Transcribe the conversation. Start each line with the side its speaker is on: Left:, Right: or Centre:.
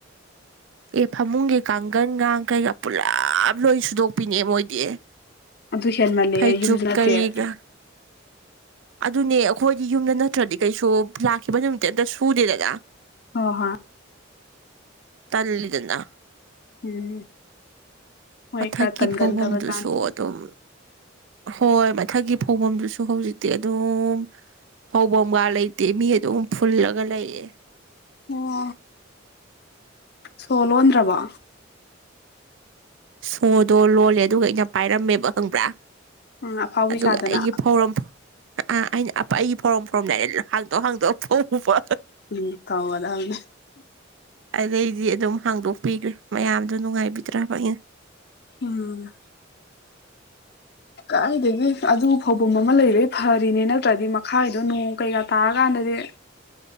Right: ꯑꯦ ꯐꯃꯨꯡꯒꯤ ꯀꯥꯡꯒꯟꯒ ꯀꯩꯀ ꯄꯨꯂꯞ ꯂꯣꯏ ꯁꯨꯗꯣꯛꯄꯤꯅꯦ ꯃꯣꯏꯗꯤ
Left: ꯑꯗꯨ ꯍꯦꯟꯃꯜꯂꯦꯍꯦ
Right: ꯐꯩꯖꯨꯞ
Left: ꯌꯨꯝꯁꯨ ꯅꯠꯇꯦ
Right: ꯀꯔꯤꯒ
Left: ꯍꯣꯏ
Right: ꯑꯗꯨꯅꯦ ꯑꯩꯈꯣꯏꯗꯤ ꯌꯨꯝꯗ ꯅꯠꯇ꯭ꯔꯗꯤ ꯀꯩꯁꯨ ꯂꯥꯛꯈꯤꯕ ꯅꯨꯃꯤꯠꯇ ꯑꯝꯇ ꯁꯨꯗꯦꯗꯅ
Left: ꯍ ꯍꯣꯏ
Right: ꯇꯜꯂꯤꯗꯅ
Left: ꯎꯝ ꯃꯣꯏ
Right: ꯃꯊꯛꯀꯤ
Left: ꯈꯔ ꯇꯟꯒꯟꯗꯕꯖꯥꯠꯅꯤ
Right: ꯐꯥꯎꯐꯝꯗꯨꯁꯨ ꯑꯗꯨꯝ ꯍꯣꯏ ꯃꯊꯛꯀꯤ ꯐꯧꯐꯝꯗꯨꯁꯨ ꯍꯧꯖꯤꯛꯇꯤ ꯑꯗꯨꯝ ꯐꯧꯕꯝꯒꯥ ꯂꯩꯇꯦ ꯃꯤ ꯑꯗꯨꯝ ꯐꯨꯜꯂꯒ ꯂꯩꯑꯦ
Left: ꯑꯣ ꯁꯣ ꯂꯣꯟꯗ꯭ꯔꯕꯣ
Right: ꯁꯣꯗꯣ ꯂꯣꯜꯂꯦ ꯑꯗꯨꯒ ꯑꯩꯅ ꯄꯥꯏꯔꯝꯃꯦꯕ ꯈꯪꯕ꯭ꯔꯥ
Left: ꯎꯝ ꯑꯐꯥꯎꯕꯤ
Right: ꯑꯗꯨꯒ
Left: ꯁꯥꯗꯅ
Right: ꯑꯩꯒꯤ ꯐꯧꯔꯝ ꯑꯩꯅ ꯑꯩꯒꯤ ꯐꯧꯔꯝ ꯐꯧꯔꯝꯗꯥꯏꯗ ꯍꯥꯡꯗꯣꯛ ꯍꯥꯡꯗꯣꯛ ꯐꯧꯕ
Left: ꯎꯝ ꯇꯧꯒꯗꯝꯅꯤ
Right: ꯑꯗꯩꯗꯤ ꯑꯗꯨꯝ ꯍꯥꯡꯗꯣꯛꯄꯤꯈ꯭ꯔꯦ ꯃꯌꯥꯝꯗꯣ ꯅꯨꯡꯉꯥꯏꯕꯤꯗ꯭ꯔꯕ ꯑꯩꯅ
Left: ꯎꯝ ꯀꯥꯏꯗꯒꯤ ꯑꯗꯨ ꯐꯧꯐꯝ ꯑꯃ ꯂꯩꯕꯩ ꯐꯔꯤꯅꯦ ꯅꯠꯇ꯭ꯔꯗꯤ ꯃꯈꯥꯏꯗꯣ ꯅꯣꯡ ꯀꯩꯀꯥ ꯇꯥꯔꯀꯥꯟꯗ ꯑ